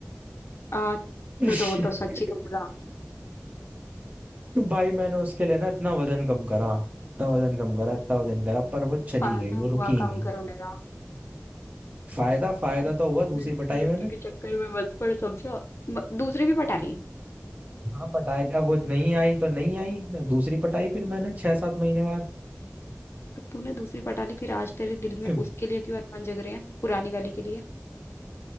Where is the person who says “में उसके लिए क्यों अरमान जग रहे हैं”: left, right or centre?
Left